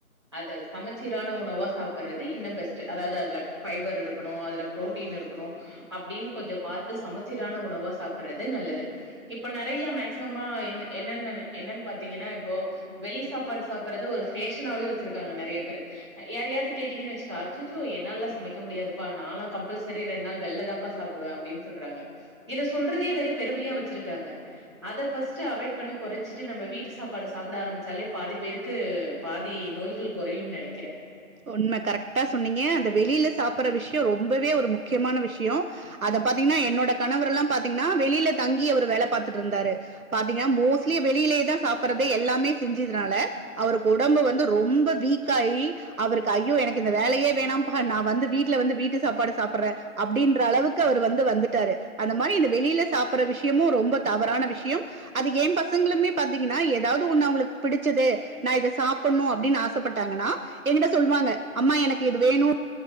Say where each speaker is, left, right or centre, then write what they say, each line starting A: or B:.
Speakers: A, on the right; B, on the right.
A: அத சமைச்சீரான உணவா சாப்படுறது இன்னும் பெஸ்ட்ட் அதாவது அதுல ஃபைர் இருக்கணும் அதுல ப்ரோட்டீன் இருக்கணும் அப்படின்னு கொஞ்சம் பார்த்து சமைச்சீரான உணவா சாப்பிடுறது நல்லது இப்ப நிறைய மேக்சிமமா என் என்னன்ன என்னன்னு பாத்தீங்கன்னா இப்போ வெளி சாப்பாடு சாப்பிடுறது ஒரு ஃபேஷனாவவே வெச்சி இருக்கிங்க நறிய பேரு யாரைவாது கேட்டீங்கன்னு அச்சோ என்னாலல சமைக்க முடியாதுபா நாளா கம்பள்சரி ரெண்டு நாள் வெல்லதான்பா சாப்பிடுவான் அப்பனு சொல்றாங்க இத சொல்றதேற பெருமையா வெச்சியிருக்கிங்க அத ஃபர்ஸ்ட் அவாய்ட் பன்னி குறைச்சட்டு நம்ம வீட்டு சாப்பாடு சாப்பிட ஆரம்பிச்சாலே பாதி பேருக்கு பாதி நோய்கள் குறையும்னு நினைக்கிறேன்
B: உண்மை கரெக்டா சொன்னீங்க அந்த வெளியில சாப்பிற விஷயம் ரொம்பவே ஒரு முக்கியமான விஷயம் அத பாத்தீங்கன்னா என்னோட கணவர் எல்லாம் பாத்தீங்கன்னா வெளியில தங்கி அவர் வேல பார்த்துட்டு இருந்தாரு பாத்தீங்கன்னா மோஸ்ட்லி வெளியிலேயேதான் சாப்பிறதே எல்லாமே செஞ்சதுனாலா அவரு உடம்பு வந்து ரொம்ப வீக் கை அவருக்கு ஐயோ எனக்கு இந்த வேலையே வேணாம் பா நான் வந்து வீட்டுல வந்து வீட்டு சாப்பாடு சாப்பிடுறேன் அப்படின்ற அளவுக்கு அவரு வந்து வந்துட்டாரு அந்த மாரி இந்த வெளியில சாப்படுற விஷயமும் ரொம்ப தவறான விஷயம் அது என் பசங்களுமே பாத்தீங்கன்னா ஏதாவது ஒண்ணு அவங்களுக்கு பிடிச்சது நான் இத சாப்புணும் அப்படின்னு ஆசப்பட்டாங்கன்னா என்கிட்ட சொல்லுவாங்க அம்மா எனக்கு இது வேணும்